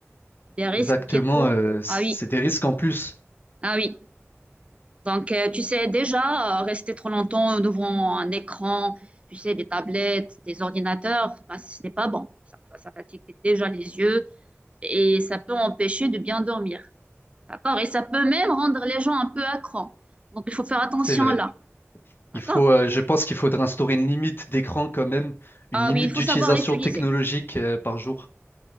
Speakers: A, on the right; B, on the left.
A: des risques
B: Exactement,
A: qu'il faut.
B: euh, c'est
A: Ah oui,
B: des risques en plus,
A: ah oui. Donc, euh, tu sais, déjà, euh, rester trop longtemps devant un écran, tu sais, des tablettes, des ordinateurs, bah, ce n'est pas bon. Ça, ça fatigue déjà les yeux et ça peut empêcher de bien dormir. D'accord? Et ça peut même rendre les gens un peu accros. Donc, il faut faire attention
B: c'est vrai.
A: là. D'accord?
B: Il faut, euh, je pense qu'il faudrait instaurer une limite d'écran quand même, une
A: Ah
B: limite
A: oui, il faut
B: d'utilisation
A: savoir l'utiliser.
B: technologique euh, par jour.